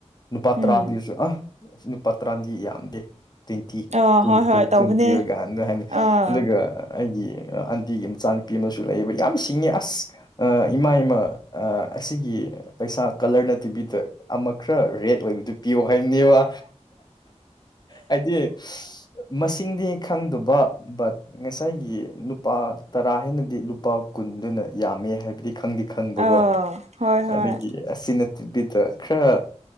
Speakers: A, on the left; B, on the right.
A: ꯅꯨꯄꯥ ꯇꯔꯥ
B: ꯎꯝ
A: ꯄꯤꯁꯨ ꯑ ꯑꯁ ꯅꯨꯄꯥ ꯇꯔꯥꯗꯤ ꯌꯥꯝꯗꯦ ꯇ꯭ꯤꯟꯇꯤ
B: ꯑꯥ
A: ꯀꯨꯟ
B: ꯍꯣꯏ
A: ꯀꯨꯟ
B: ꯍꯣꯏ
A: ꯀꯨꯟ
B: ꯇꯧꯕꯅꯦ
A: ꯄꯤꯌꯒ ꯍꯥꯟꯅ ꯍꯅꯤ
B: ꯑꯥ
A: ꯑꯗꯨꯒ ꯑꯩꯒꯤ ꯑꯟꯇꯤꯒꯤ ꯃꯆꯥꯅꯨꯄꯤ ꯑꯃꯁꯨ ꯂꯩꯌꯦꯕ ꯌꯥꯝ ꯁꯤꯡꯉꯦ ꯑꯁ ꯏꯃꯥ ꯏꯃ ꯑꯁꯤꯒꯤ ꯄꯩꯁꯥ ꯀꯂꯔ ꯅꯠꯇꯦꯕꯤꯗ ꯑꯃ ꯈꯔ ꯔꯦꯠ ꯑꯣꯏꯕꯗꯨ ꯄꯤꯌꯣ ꯍꯥꯏꯕꯅꯦꯕ ꯍꯥꯏꯗꯤ ꯃꯁꯤꯡꯗꯤ ꯈꯪꯗꯕ ꯕꯠ ꯉꯁꯥꯏꯒꯤ ꯅꯨꯄꯥ ꯇꯔꯥ ꯍꯥꯏꯅꯗꯤ ꯂꯨꯄꯥ ꯀꯨꯟꯗꯨꯅ ꯌꯥꯝꯃꯦ ꯍꯥꯏꯕꯗꯤ ꯈꯪꯗꯤ ꯈꯪꯕꯒꯣ
B: ꯑꯥ ꯍꯣꯏ ꯍꯣꯏ
A: ꯑꯗꯒꯤ ꯑꯁꯤ ꯅꯠꯇꯕꯤꯗ ꯈꯔ